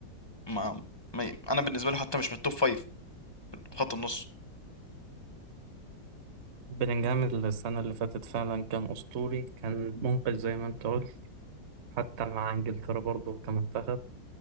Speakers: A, on the left; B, on the right.
A: ما, ما انا بالنسبه له حتى مش من التوب فايف في خط النص
B: بلينجهام السنة اللي فاتت فعلا كان أسطوري كان منقذ زي ما أنت قلت حتى مع إنجلترا برضه كمنتخب